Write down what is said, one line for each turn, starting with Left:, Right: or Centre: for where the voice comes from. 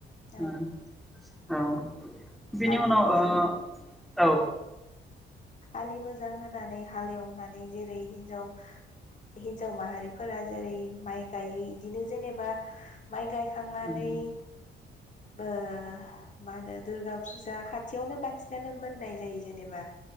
Left: औ
Centre: उम। औ। बेनि
Left: आलि
Centre: उनाव
Left: मोजां
Centre: ओ औ।
Left: आलि मोजां होनानै हालेवनानै जेरै हिनजाव हिनजाव माहारिफोरा जेरै माइ गायो इदिनो जेनेबा माइ गायखांनानै
Centre: उम
Left: ओ मा होनो दुर्गा फुजा खाथियावनो बांसिनानो मोननाय जायो जेनेबा।